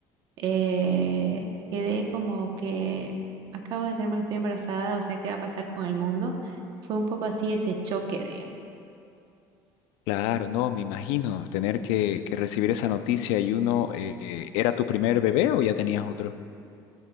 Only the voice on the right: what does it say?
Eh, quedé como que acabo de enterarme que estoy embarazada, o sea, ¿qué va a pasar con el mundo? Fue un poco así ese choque,